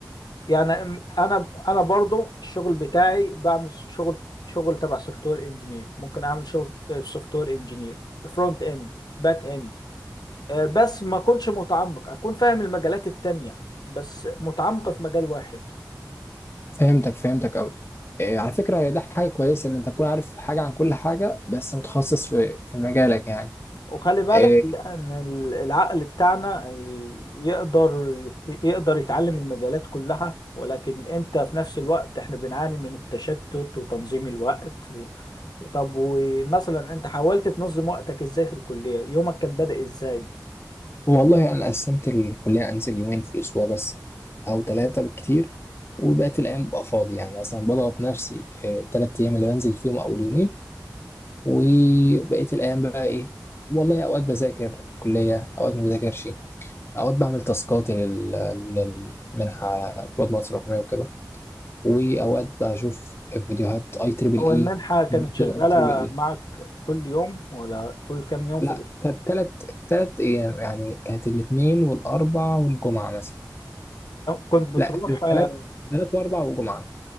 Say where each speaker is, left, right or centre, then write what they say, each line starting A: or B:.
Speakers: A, on the left; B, on the left.
A: يعني أم- انا انا برضو الشغل بتاعي بعمل شغل شغل تبع سوفت وير انجينير ممكن اعمل شغل في سوفت وير انجينير فرونت اند باك اند آه، بس ما اكونش متعمق اكون فاهم المجالات التانية بس متعمق في مجال واحد
B: فهمتك فهمتك قوي على فكره هي ده حاجه كويسه ان انت تكون عارف حاجه عن كل حاجه بس متخصص في في مجالك يعني
A: وخلي بالك
B: آه،
A: لان ال- العقل بتاعنا ي- يقدر يت- يقدر يتعلم المجالات كلها ولكن انت في نفس الوقت احنا بنعاني من التشتت وتنظيم الوقت و... طب ومثلا انت حاولت تنظم وقتك ازاي في الكلية يومك كان بادئ ازاي
B: والله أنا قسمت الكلية أنزل يومين في الأسبوع بس أو ثلاثة بالكتير وبقت الأيام ببقى فاضي يعني مثلا بضغط نفسي ثلاث أيام اللي بنزل فيهم أو اليومين وبقيت الأيام بقى إيه والله أوقات بذاكر كلية أوقات ما بذاكرش أوقات بعمل تاسكاتي لل- للمنحة رواد مصر الرقمية وكده وأوقات بشوف فيديوهات أي تريبل
A: هو
B: إي
A: المنحة كانت شغالة
B: أي تريبل إي
A: معك كل يوم ولا كل كام يوم
B: لا
A: في الأسبوع
B: ثلاث ثلاث أيام يعني كانت الاثنين والأربع والجمعة مثلا
A: كنت بتروح
B: لا كانت
A: آه،
B: ثلاث ثلاث واربع وجمعه